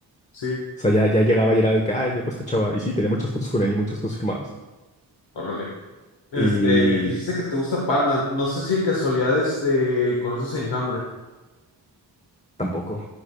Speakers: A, on the left (about 80°); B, on the left (about 15°).
A: Sí.
B: O sea, ya,
A: Sí.
B: ya llegaba y era de que, ah, llegó esta chava. Y sí, tenía muchas fotos con él y muchas cosas firmadas.
A: Órale. Este,
B: Y,
A: dijiste que te gusta Panda. No sé si de casualidad, este, conoces a Enjambre.
B: Tampoco.